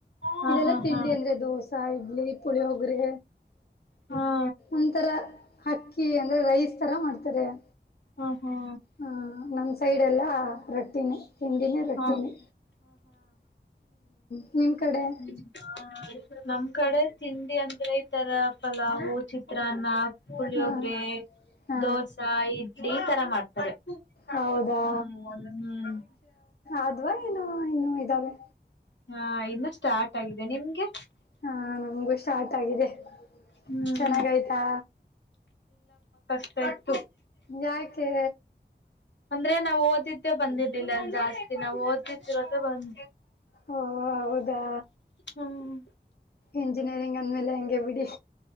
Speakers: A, on the left; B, on the left.
A: ಹಾ
B: ಇಲ್ಲೆಲ್ಲಾ
A: ಹಾ
B: ತಿಂಡಿ
A: ಹಾ
B: ಅಂದ್ರೆ ದೋಸಾ ಇಡ್ಲಿ ಪುಳಿಯೋಗ್ರೆ
A: ಹಾ
B: ಒಂತರ ಹಕ್ಕಿ ಅಂದ್ರೆ ರೈಸ್ ತರ ಮಾಡ್ ಹ
A: ಹಾ ಹಾ
B: ಹಾ ನಮ್ಮ್ ಸೈಡ್ ಎಲ್ಲ ರೊಟ್ಟಿನಿ ತಿಂಡಿನೇ ರೊಟ್ಟಿನಿ
A: ಹಾ
B: ಹ್ಮ್ ನಿಮ್ ಕಡೆ
A: ಹ್ಮ ಹ ನಮ್ ಕಡೆ ತಿಂಡಿ ಅಂದ್ರೆ ಈ ತರ ಪಲಾವು, ಚಿತ್ರಾನ್ನ ಪುಳಿಯೊಗ್ರೆ
B: ಹಾ ಹಾ
A: ದೋಸಾ ಇಡ್ಲಿ ಈ ತರ ಮಾಡ್ತಾರೆ ಹ್ಮ
B: ಹೌದಾ
A: ಹ್ಮ್
B: ಅ್ವಾ ಏನು ಇನ್ನು ಇದಾವೆ
A: ಹಾ ಇನ್ನು ಸ್ಟಾರ್ಟ್ ಆಗಿದೆ ನಿಮ್ಗೆ
B: ಹಾ ನಮಗೂ ಸ್ಟಾರ್ಟ್ ಆಗಿದೆ
A: ಹ್ಮ್
B: ಚೆನ್ನಾಗಾಯ್ತಾ?
A: ತಾ
B: ಯಾಕೆ
A: ಅಂದ್ರೆ ನಾನು ಓದಿದ್ದೆ ಬಂದಿರ್ಲಿಲ್ಲ ಜಾಸ್ತಿ ನಾನು ಓದತಿರೋದೆ ಬಂದ್
B: ಓ ಹೌದಾ
A: ಹ್ಮ್
B: ಎಂಜಿನಿಯರಿಂಗ್ ಅಂದ್ಮೇಲೆ ಹಂಗೆ ಬಿಡಿ